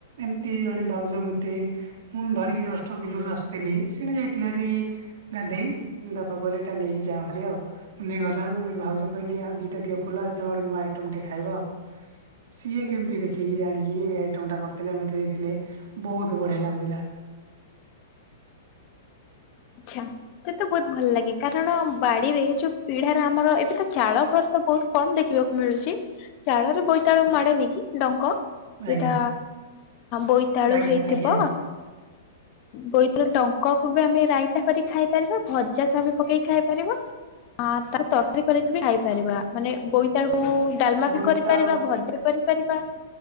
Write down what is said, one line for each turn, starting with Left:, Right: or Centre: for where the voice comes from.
Right: ଏମିତି ଜଣେ ବାଉଜ ମତେ ମୁଁ ଧରିକି ଜଷ୍ଟ ବିଲୁରୁ ଆସିଥିଲି ସେଇଠି ଯାଇଥିଲ ଭାରି ଗାଧେଇ ବାପା କହିଲେ ଏଟା ନେଇକି ଯାା ଭାରି ଆଉ, ମୁ ନେଇକି ଗଲା ବେଳକୁ ଜଣେ ଭାଉଜ କହିଲେ ଆଉ ଦି ଦିଅ ଦିଅ ଫୁଲ ଆସିଥିବା ଗୋଟେ ନୁଆ ଆଇଟମ ଟେକେ ଖାଇବା ଆଉ। ସିଏ କେମିତି ଦେଖିକି ଜାଣିକି ଆଇଟମ ଟା କରିଥିଲେ ମତେ ଦେଇଥିଲେ। ବହୁତ୍ ବଢିଆ ଲାଗୁଥିଲା।
Left: ଆଛା। ସେ ତ ବହୁତ ଭଲ ଲାଗେ କାରଣ ବାଡିରେ ଯୋଉ ପିଢାରେ ଆମର ଏବେ ତ ଚାଳ ଘର ତ ବହୁତ କଣ ଦେଖିବାକୁ ମିଳୁଛି ଚାଳରେ ବୋଇତାଳୁ ମାଡେନି କି ଡଙ୍କ
Right: ଆଜ୍ଞା
Left: ସେଟା ବୋଇତାଳୁ
Right: ଆଜ୍ଞା
Left: ହେଇଥିବ
Right: ଆଜ୍ଞା
Left: ବୋଇତାଳୁ ଡଙ୍କକୁ ବି ଆମେ ରାଇତା କରିକି ଖାଇ ପାରିବା ଭଜା ସହ ବି ପକେଇକି ଖାଇ ପାରିବ। ହଁ ତାକୁ ତରକାରୀ କରିକି ବି ଖାଇପାରିବା ମାନେ ବୋଇତାଳକୁ ଡାଲମା ବି
Right: ବୋଇତାଳୁ
Left: କରିପାରିବା ଭଜା ବି କରିପାରିବା